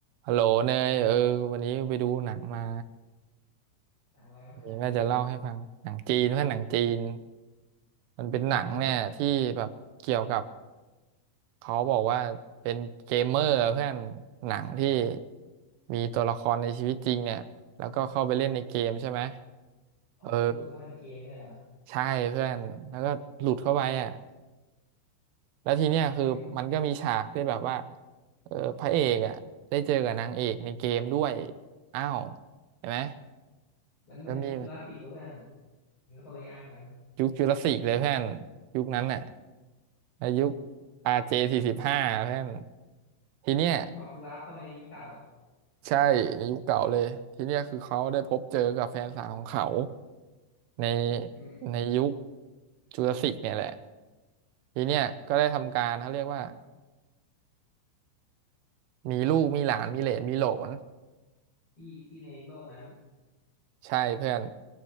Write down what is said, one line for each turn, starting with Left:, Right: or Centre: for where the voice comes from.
Right: ฮัลโหลเนยเออวันนี้ไปดูหนังมา
Left: หนังอะไรเพื่อนหนังจีนเหรอ
Right: นี่ว่าจะเล่าให้ฟังหนังจีนเพื่อนหนังจีนมันเป็นหนังเนี่ยที่แบบเกี่ยวกับ
Left: มันเป็นไงเพื่อนหนัง
Right: เขาบอกว่าเป็นเกมเมอร์เพื่อนหนังที่มีตัวละครในชีวิตจริงเนี่ยแล้วก็เข้าไปเล่นในเกมใช่ไหม
Left: อ๋อเหมือนดูดเข้าไปในเกมเนี่ยเหรอ
Right: เออใช่เพื่อนแล้วก็หลุดเข้าไปอ่ะแล้วทีเนี้ยคือมันก็มีฉากที่แบบว่า
Left: อืม
Right: เออพระเอกอ่ะได้เจอกับนางเอกในเกมด้วยอ้าวเห็นไหม
Left: มันเหมือนยุคจูราสสิกเวะเพื่อน
Right: ก็มี
Left: มันคนละอย่างกัน
Right: ยุคจุลศิลป์เลยเพื่อนยุคนั้นน่ะในยุค RJ สี่สิบห้าเพื่อนทีเนี้ย
Left: อ๋อคือวาร์ปเข้าไปในยุคเก่า
Right: ใช่ในยุคเก่าเลยทีเนี้ยคือเขาได้พบเจอกับแฟนสาวของเขาใน
Left: อืม
Right: ในยุคจุลศิลป์เนี่ยแหละทีเนี้ยก็ได้ทำการเขาเรียกว่ามีลูกมีหลานมีเหลนมีโหลน
Left: ที่ที่ในโลกนั้น
Right: ใช่เพื่อน